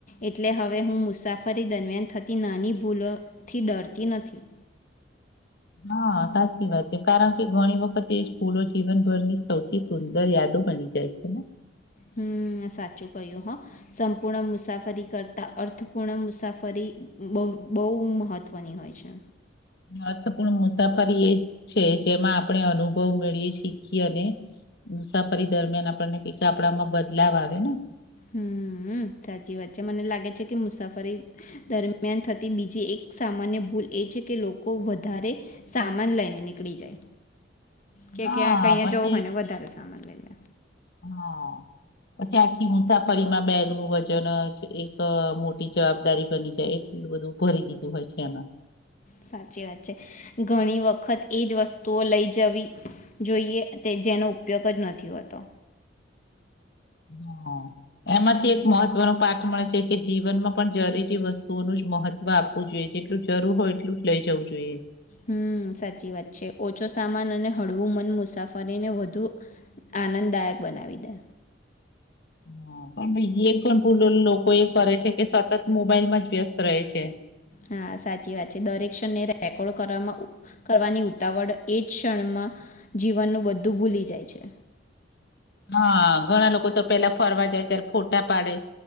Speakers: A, on the left; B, on the left.
A: એટલે હવે હું મુસાફરી દરમિયાન થતી નાની ભૂલોથી ડરતી નથી.
B: હા સાચી વાત છે કારણ કે ઘણી વખત એ ફૂલો જીવનભરની સૌથી સુંદર યાદો બની જાય છે ને?
A: હમ સાચું કહ્યું હ સંપૂર્ણ મુસાફરી કરતા અર્થપૂર્ણ મુસાફરી બહુ મહત્વની હોય છે.
B: હ તો પણ મુસાફરી એ છે જેમાં આપણે અનુભવ મેળીએ છીએ અને મુસાફરી દરમિયાન આપણને ક આપડામાં બદલાવ આવે ને.
A: હમ સાચી વાત છે મને લાગે છે કે મુસાફરી દરમિયાન થતી બીજી એક સામાન્ય ભૂલ એ છે કે લોકો વધારે સામાન લઈને નીકળી જાય કે
B: હા
A: ક્યાં કહીયા
B: પછી
A: જવું હોય ને વધારે સામાન લઈ લે.
B: હા. પછી આખી મુસાફરીમાં બેગનું વજન એક મોટી જવાબદારી બની જાય એટલું બધું ભરી દીધું હોય છે એમાં.
A: સાચી વાત છે. ઘણી વખત એ જ વસ્તુઓ લઈ જવી જોઈએ તે જેનો ઉપયોગ જ નથી હોતો.
B: હા. એમાંથી એક મહત્વનો પાઠ મળે છે કે જીવનમાં પણ જરી જે વસ્તુઓનું જ મહત્વ આપવું જોઈએ, જેટલું જરૂર હોય એટલું જ લઇ જવું જોઈએ.
A: હમ, સાચી વાત છે. ઓછો સામાન અને હળવું મન મુસાફરીને વધુ આનંદદાયક બનાવી દે.
B: હ, પણ બીજી એક સેમ ભૂલ લો લોકો એ કરે છે કે, સતત મોબાઈલમાં જ વ્યસ્ત રહે છે.
A: હા, સાચી વાત છે. દરેક ક્ષણને રેકોર્ડવામાં કરવામાં ઉપ કરવાની ઉતાવળ એજ ક્ષણમાં જીવનનું બધું ભૂલી જાય છે.
B: હા, ઘણા લોકો તો પેલા ફરવા જાય ત્યારે ફોટા પાડે